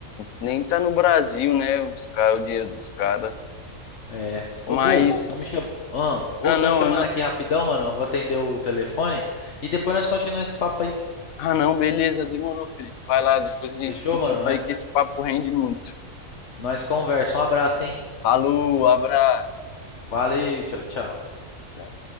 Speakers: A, on the left; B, on the left.
A: nem tá no Brasil, né? Os caras, o dinheiro dos caras.
B: É. Ô,
A: Mas.
B: Gu, estamos cham... ah, ô,
A: Ah,
B: tão
A: não,
B: chamando
A: ah, não.
B: aqui rapidão, mano. Eu vou atender o telefone. E depois nós continuamos esse papo aí.
A: Ah, não, beleza, demorou, Felipe. Vai lá, depois a gente
B: Fechou,
A: continua
B: mano? Nós,
A: aí, que esse papo rende muito.
B: nós conversa. Um abraço, hein?
A: Falou, abraço.
B: Valeu, tchau, tchau.
A: Tchau.